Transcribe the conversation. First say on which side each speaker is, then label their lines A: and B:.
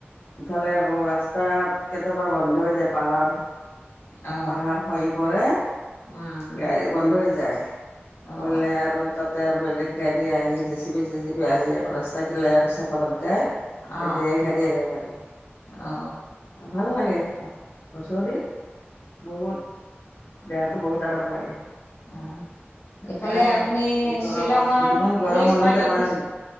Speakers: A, on the left; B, on the left.
A: ইফালে আকৌ ৰাস্তাত কেতিয়াবা বন্ধ হৈ যায় পাহাৰ
B: অ
A: পাহাৰ খহি পৰে
B: উম
A: গা়ড়ী বন্ধ হৈ যায়।
B: অ
A: পলে
B: অ
A: আৰু তাত আৰু বেলেগ গাড়ী আহি জেচিপি চেচপি আহি আকৌ ৰাস্তা কিলাই আকৌ চাফা কৰোঁতেই তেতিয়াই
B: অ অ
A: গাড়ী আহিব পাৰি
B: অ অ অ
A: ভাল লাগে। হচৰিত বহুত দেহাটো বহুত আৰাম লাগে।
B: অ এইফালে
A: তাত
B: আপুনি
A: এই গৰমত
B: শ্বিলঙৰ
A: যিমান গৰম
B: পুলিচ
A: হ'লেও
B: পইণ্টত
A: তাৰমানে
B: গৈছে।